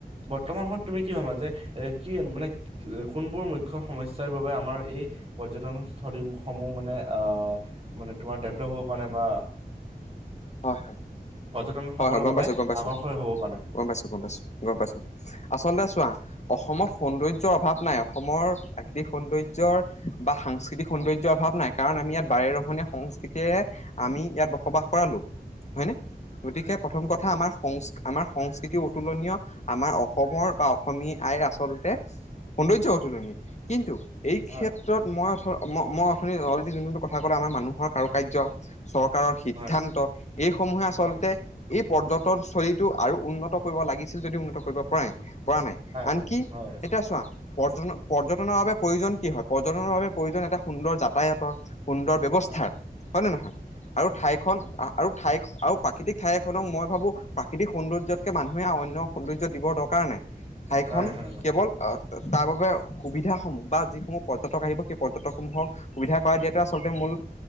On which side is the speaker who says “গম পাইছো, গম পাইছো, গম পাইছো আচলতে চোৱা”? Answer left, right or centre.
Left